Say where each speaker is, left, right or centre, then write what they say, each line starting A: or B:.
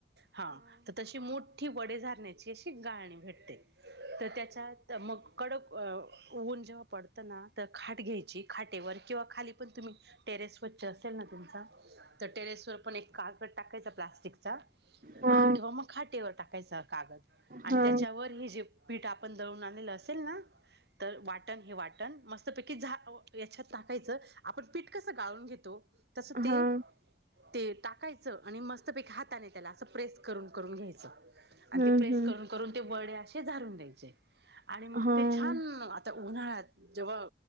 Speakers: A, on the right; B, on the right.
A: हा तर तशी मोठ वडे झाारण्याची अशी गाळणी भेटते तर त्याच्यात मग कडक व अ उ जेव्हा पडत ना त खाट घ्यायची खाटेवर किंवा खाली पण तुम्ही टेरेस स्वच्छ असेल ना तुमचा तर टेरेस वर पण एक कागद टाकायच प्लास्टिक- <unintelligible>
B: हा
A: किंवा मग खाटेवर टाकायचा कागद आणि
B: हा
A: त्याच्यावर हे जे पीठ आप पण दळून आणलेलं असेल ना तर वाटण हे वाटण मस्तपैकी झा याच्यात टाकायचं आपण पीठ कस गाळून घेतो तस ते
B: हा
A: ते टाकायचं आणि मस्तपैकी हाताने त्याला असं प्रेस करून करून घ्यायचं.
B: हम्म
A: आणि ते प्रेस
B: हम्म
A: करून करून ते वडे असे झाारून द्यायचे आणि मग
B: हा
A: ते छान आता उन्हाळयात जेव्हा